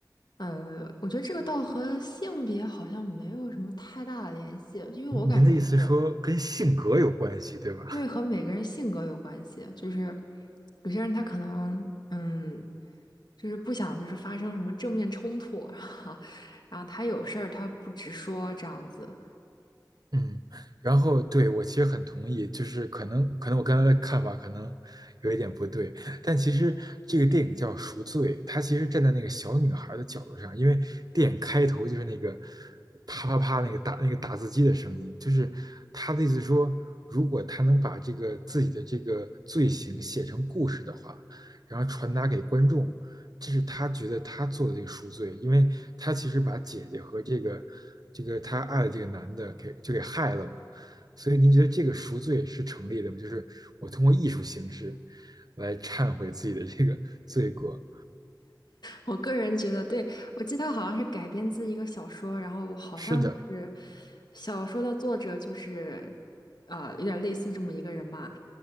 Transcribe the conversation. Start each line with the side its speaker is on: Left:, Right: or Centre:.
Left: 呃，我觉得这个倒和性别好像没有什么太大的联系，因为我感觉就是。
Right: 您的意思说跟性格有关系，对吧？
Left: 因为和每个人性格有关系，就是有些人他可能嗯，就是不想就是发生什么正面冲突啊，<laughs> 然后他有事儿他不直说这样子。
Right: 嗯，然后对我其实很同意，就是可能可能我刚才的看法可能有一点不对，但其实这个电影叫《赎罪》，它其实站在那个小女孩的角度上，因为电影开头就是那个啪啪啪那个打那个打字机的声音，就是他的意思说，如果他能把这个自己的这个罪行写成故事的话，然后传达给观众，这是他觉得他做的这个赎罪，因为他其实把姐姐和这个这个他爱的这个男的给就给害了嘛。所以您觉得这个赎罪是成立的吗？就是我通过艺术形式来忏悔自己的这个罪过。
Left: 我个人觉得，对，我记得他好像是改编自一个小说，然后好像是
Right: 是的，
Left: 小说的作者就是啊、有点类似这么一个人嘛。